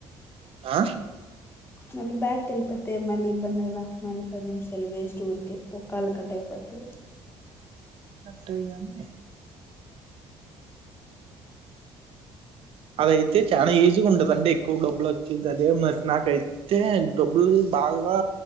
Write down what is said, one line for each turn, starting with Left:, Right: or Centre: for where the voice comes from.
Right: ఆ
Left: మళ్ళీ బ్యాక్ కెళ్ళి పోతే మళ్ళీ ఇబ్బంది కదా మళ్ళీ పది నిమిషాలు వేస్ట్ ఊర్కే ఒక కాల్ కట్ అయిపోతది.
Right: అట్టేగాని అదైతె చాల ఈజీగ ఉండదండి. అంటె ఎక్కువ డబ్బులు వచ్చిద్ది. అదే మరి నాకైతే డబ్బులు బాగా